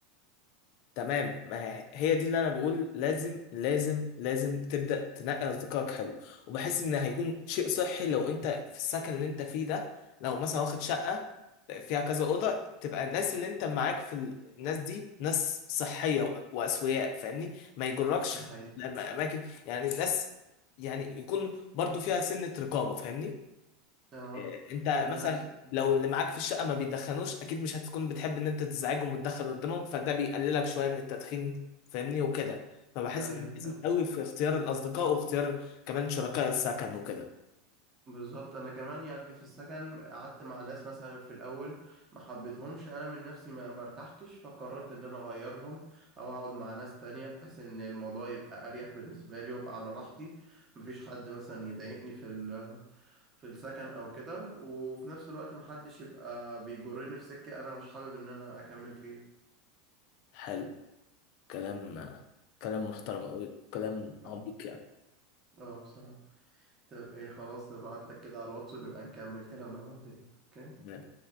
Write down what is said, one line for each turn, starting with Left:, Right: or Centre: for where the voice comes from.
Left: تمام ما هي هي دي اللي انا بقول لازم لازم لازم تبدا تنقي اصدقائك حلو وبحس ان هيكون شيء صحي لو انت في السكن اللي انت فيه ده لو مثلا واخد شقه فيها كذا اوضه تبقى الناس اللي انت معاك في ال- الناس دي ناس صحيه و- واسوياء فاهمني ما يجركش
Right: ده حقيقة
Left: لما اماكن يعني الناس يعني يكون برضو فيها سنه رقابه فاهمني
Right: اه
Left: إيه، انت
Right: انا
Left: مثلا
Right: نفسك ايوه
Left: لو اللي معاك في الشقه ما بيدخنوش اكيد مش هتكون بتحب ان انت تزعجهم وتدخن قدامهم فده بيقللك شويه من التدخين فاهمني وكده فبحس
Right: ده حقيقة
Left: ان لازم قوي في اختيار الاصدقاء واختيار كمان شركاء السكن وكده
Right: بالظبط انا كمان يعني في السكن قعدت مع ناس مثلا في الاول ما حبيتهمش انا من نفسي ما ما ارتحتش فقررت ان انا اغيرهم او اقعد مع ناس تانية بحيث ان الموضوع يبقى اريح بالنسبه لي وابقى على راحتي مفيش حد مثلا يضايقني في ال- في السكن او كده وفي نفس الوقت محدش يبقى بيجرني في سكه انا مش حابب ان انا اكمل فيها
Left: حلو كلام كلام محترم قوي كلام
Right: اه
Left: عميق
Right: آه، بصراحه طب ايه خلاص نبعت لك كده على الواتس ونبقى نكمل كلامنا بعدين اوكي
Left: يعني